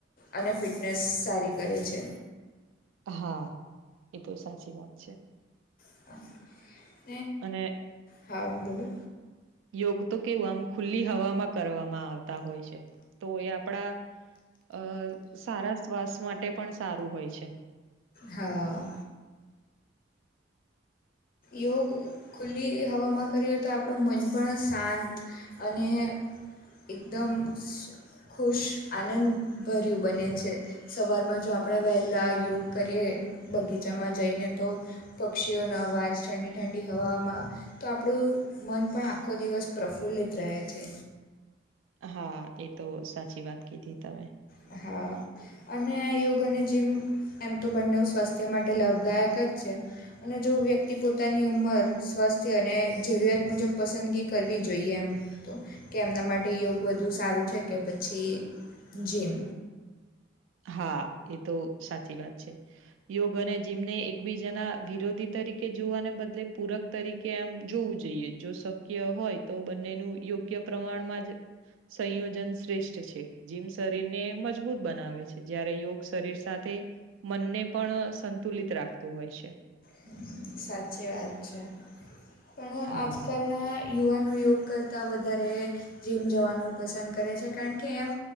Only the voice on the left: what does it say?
અને ફિટનેસ સારી કરે છે.
<inaudible>
હા બોલો.
હા. યોગ ખુલ્લી હવામાં કરીએ તો આપણું મન પણ શાંત અને એકદમ ખુશ આનંદભર્યું બને છે. સવારમાં જો આપણે વહેલાં યોગ કરીએ બગીચામાં જઈને તો પક્ષીઓનો અવાજ ઠંડી-ઠંડી હવામાં તો આપણું મન પણ આખો દિવસ પ્રફુલ્લિત રહે છે.
હા. અને યોગ અને જીમ એમ તો બંને સ્વાસ્થ્ય માટે લાભદાયક જ છે. અને જો વ્યક્તિ પોતાની ઉંમર સ્વાસ્થ્ય અને જરૂરિયાત મુજબ પસંદગી કરવી જોઈએ એમ. તો કે એમના માટે યોગ વધુ સારું છે કે પછી જીમ.
હમ્મ સાચી વાત છે પણ
આજકાલના યુવાનો યોગ કરતાં વધારે જીમ જવાનું પસંદ કરે છે કારણ કે એમ